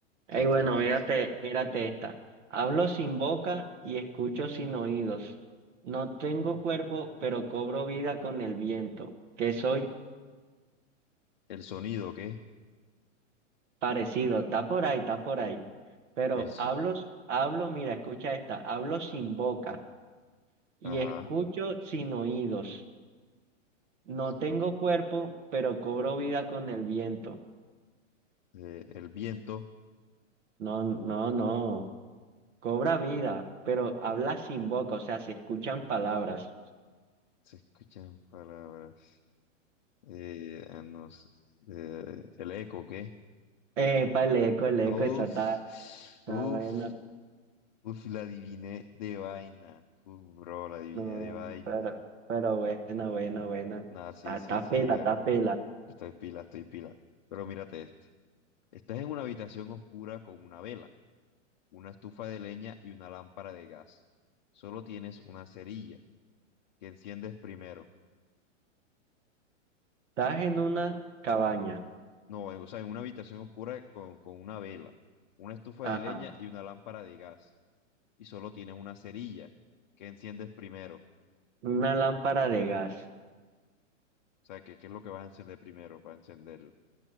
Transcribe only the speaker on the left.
O sea, está
muy bueno.
El sonido, ¿qué?
El, so-
ajá,
escucha.
eh, el viento,
se escuchan palabras. Eh, ah, no sé, eh, el eco, ¿qué?
Uf,
uf,
uf, la adiviné de vaina. Uf, bro, la adiviné
de vaina.
Nada, sí,
sí,
sí,
la-
estoy pila, estoy pila. Pero mírate este. Estás en una habitación oscura con una vela, una estufa de leña y una lámpara de gas. Solo tienes una cerilla que enciendes primero.
No, o sea, en una habitación oscura con, con una vela, una estufa
de leña y una lámpara de gas. Y solo tienes una cerilla que enciendes primero.
O sea, ¿qué, qué es lo que vas a encender primero para encender?